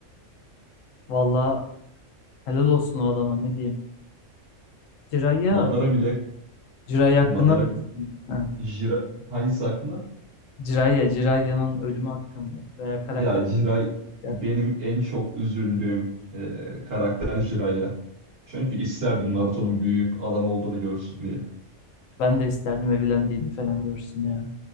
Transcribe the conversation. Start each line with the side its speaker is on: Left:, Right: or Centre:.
Left: Valla helal olsun o adama ne diyeyim. Jiraiya,
Right: Madara bile
Left: Jiraiya hakkında
Right: Madara bile
Left: ha.
Right: Jira hangisi aklında?
Left: Jiraiya, Jiraiya'nın ölümü hakkında veya karakter
Right: Ya Jirai
Left: hakkında.
Right: benim en çok üzüldüğüm e, karakter Jiraiya. Çünkü isterdim Naruto'nun büyüyüp adam olduğunu görsün diye.
Left: Ben de isterdim evlendiğini falan görsün ya.